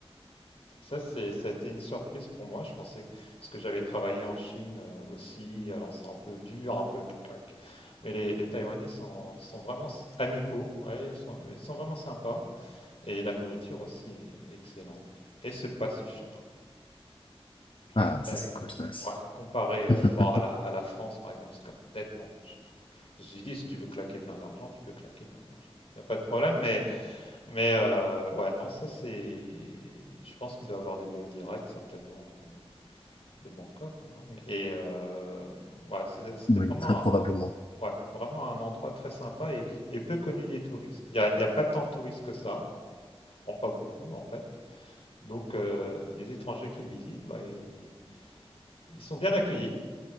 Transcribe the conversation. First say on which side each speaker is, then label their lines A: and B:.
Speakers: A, on the left; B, on the left.
A: Ça, c'est, ça a été une surprise pour moi. Je pensais que, parce que j'avais travaillé en Chine euh, aussi, alors c'est un peu dur, un peu tac, tac. Mais les, les Taïwanais sont, sont vraiment s- amicaux, ouais, ils sont, ils sont vraiment sympas. Et la nourriture aussi est excellente. Et c'est pas si cher.
B: Ah,
A: Je dirais,
B: ça, c'est
A: euh,
B: cool, ça aussi.
A: ouais, comparé euh,
B: <laughs>
A: bon, à la, à la France, par exemple, c'est quand même nettement moins cher. Je me suis dit, si tu veux claquer plein d'argent, tu peux claquer plein d'argent. Il n'y a pas de problème, mais, mais euh, ouais, non, ça c'est. Je pense qu'il doit avoir des vols directs, certainement, de, de Bangkok. hein. Et euh, ouais, c'était c'était
B: Oui,
A: vraiment,
B: très probablement.
A: un, ouais, vraiment un endroit très sympa et, et peu connu des touristes. Il n'y a, il y a pas tant de touristes que ça, en pas beaucoup en fait. Donc euh, les étrangers qui visitent, bah, ils, ils sont bien accueillis.